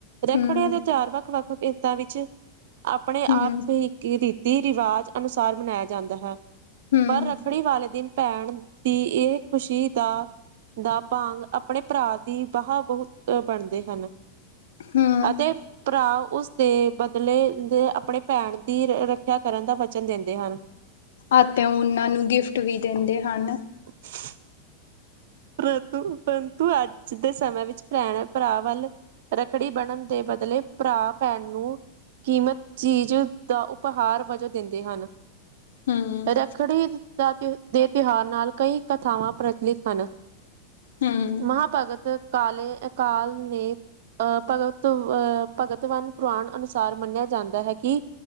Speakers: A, on the right (about 55°); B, on the left (about 60°).
A: ਰੱਖੜੇਆਂ
B: ਹੂੰ,
A: ਦੇ ਤੇਓਾਰ ਵੱਖ- ਵੱਖ <unintelligible> ਦਾਂ ਵਿੱਚ ਆਪਣੇ ਆਪ
B: ਹੂੰ,
A: <unintelligible> ਤੀ ਰਿਵਾਜ਼ ਅਨੁਸਾਰ ਮਨਾਇਆ ਜਾਂਦਾ ਹੈ।
B: ਹੂੰ,
A: ਪਰ ਰੱਖੜੀ ਵਾਲੇ ਦਿਨ ਭੈਣ ਦੀ, ਇਹ ਖ਼ੁਸ਼ੀ ਦਾ ਦਾ ਭਾਂਗ, ਆਪਣੇ ਭਰਾ ਦੀ ਬਹਾ ਬਹੁਤ ਬਣਦੇ ਹਨ।
B: ਹੂੰ
A: ਅਤੇ ਭਰਾ। ਉਸਦੇ ਬਦਲੇ, ਆਪਣੇ ਭੈਣ ਦੀ ਰੱਖਿਆ ਕਰਨ ਦਾ ਵਚਨ ਦਿੰਦੇ ਹਨ।
B: ਅਤੇ ਉਹਨਾਂ ਨੂੰ ਗਿਫਟ ਵੀ ਦਿੰਦੇ ਹਨ।
A: <unintelligible> <unintelligible> ਅੱਜ ਦੇ ਸਮੇਂ ਵਿੱਚ ਭੈਣ ਭਰਾ ਵੱਲ ਰੱਖੜੀ ਬਣਨ ਦੇ ਬਦਲੇ, ਭਰਾ ਭੈਣ ਨੂੰ ਕੀਮਤ ਚੀਜ਼ ਦਾ ਉਪਹਾਰ ਵਜੋਂ ਦਿੰਦੇ ਹਨ।
B: ਹੂੰ,
A: ਰੱਖੜੀ ਦੇ ਤਿਉਹਾਰ ਨਾਲ, ਕਈ ਕਥਾਵਾਂ ਪ੍ਰਚਲਿਤ ਹਨ।
B: ਹੂੰ,
A: ਮਹਾਭਗਤ ਕਾਲੇ ਅਕਾਲ ਨੇ, ਅ ਭਗਤ ਅਹ ਭਗਤਵਾਨ ਪੁਰਾਣ ਅਨੁਸਾਰ ਮੰਨਿਆ ਜਾਂਦਾ ਹੈ ਕਿ